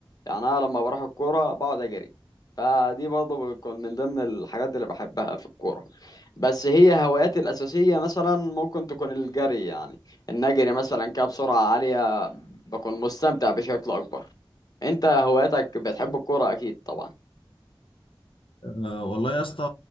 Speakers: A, on the left; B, on the left.
A: يعني أنا لما بروح الكورة بقعد أجري فدي برضه بتكون من ضمن الحاجات اللي بحبها في الكورة بس هي هواياتي الأساسية مثلا ممكن تكون الجري يعني إن أجري مثلا كده بسرعة عالية بكون مستمتع بشكل أكبر أنت هواياتك بتحب الكورة أكيد طبعا
B: أه والله يا اسطى